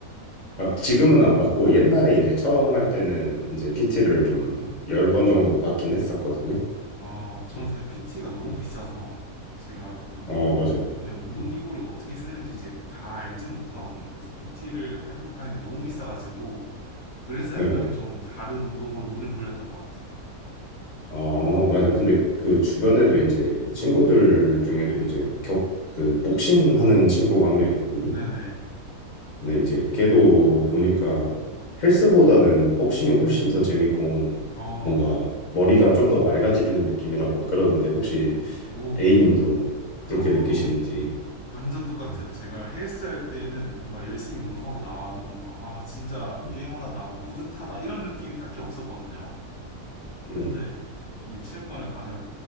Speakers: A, on the left; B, on the left.
A: 아, 지금은 안 받고 옛날에 이제 처음 할 때는 이제 PT를 좀 열 번 정도 받긴 했었거든요.
B: 아, 저는
A: 네.
B: 사실 PT가 너무
A: 음.
B: 비싸서 제가 그
A: 어,
B: 운-
A: 맞아요.
B: 운- 네, 운동기구를
A: 음,
B: 어떻게 쓰는지 이제 다 알지는 못하거든요. 그래서 PT를 해볼까 했는데 너무 비싸가지고 그래서
A: 네네.
B: 약간 좀 다른 운동으로 눈을 돌렸던 것 같아요. 좀
A: 어, 맞아. 근데 그 주변에도 이제 친구들 중에도 이제 격, 그 복싱 하는 친구가 한 명 있거든요.
B: 네네.
A: 근데 이제 걔도 보니까 헬스보다는 복싱이 훨씬 더 재밌고
B: 어,
A: 뭔가 머리가 좀 더 맑아지는 느낌이라고 막 그러던데 혹시
B: 오,
A: A님도 그렇게
B: 저도
A: 느끼시는지.
B: 완전 똑같아요.
A: 음,
B: 제가 헬스 할 때는 뭔가 열심히 운동하고 나와도 뭔가 아 진짜
A: 음.
B: 게임원하다, 뭐 뿌듯하다 이런 느낌이 딱히 없었거든요.
A: 네.
B: 근데 이 체육관을 가면